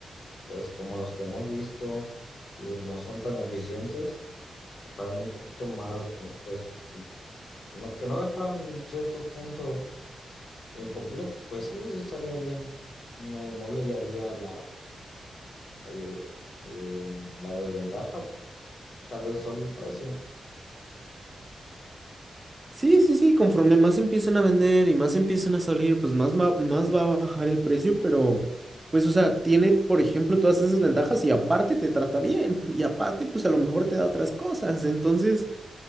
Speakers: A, on the left; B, on the right.
A: pues como los que hemos visto, que no son tan eficientes, que fueran un poquito más, eh, pues no, que no dejaran ciertos puntos incompletos, pues sí, eso estaría bien. No, no le hallaría la Eh, eh, la desventaja, tal vez solo el precio.
B: Sí, sí, sí, conforme más empiecen a vender y más empiecen a salir, pues más va, más va a bajar el precio, pero pues, o sea, tiene, por ejemplo, todas esas ventajas y aparte te trata bien y aparte, pues a lo mejor te da otras cosas. Entonces,